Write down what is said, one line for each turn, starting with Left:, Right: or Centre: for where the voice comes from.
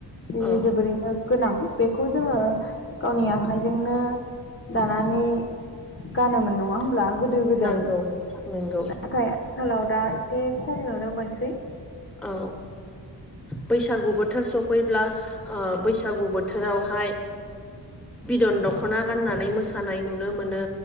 Left: बे
Centre: औ
Left: जोबोरैनो गोनां। बेखौ जोङो गावनि आखाइजोंनो दानानै गानोमोन नङा होमब्ला? गोदो गोदाय
Centre: नंगौ नोंथां नंगौ
Left: नाथाय आथिखालाव दा एसे खम नुनो मोनसै।
Centre: औ बैसागु बोथोर सफैब्ला बैसागु बोथोर बोथोरावहाय बिदन दखना गाननानै मोसानाय नुनो मोनो।